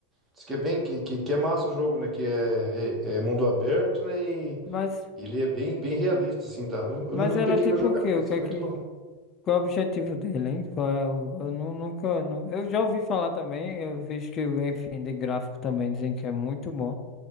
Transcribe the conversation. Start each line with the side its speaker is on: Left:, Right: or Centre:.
Right: diz que é bem, que, que, que é massa o jogo, né? Que é, é- é mundo aberto, né? E
Left: Mas,
Right: Ele é bem, bem realista, assim, tá? Eu, eu
Left: mas
Right: nunca
Left: ele
Right: peguei
Left: é tipo
Right: pra jogar,
Left: o quê?
Right: mas
Left: O que é
Right: é muito
Left: que,
Right: bom.
Left: qual é o objetivo dele, hein? Qual é o, eu nu- nunca, nu- eu já ouvi falar também, eu vejo que, enfim, de gráfico também dizem que é muito bom.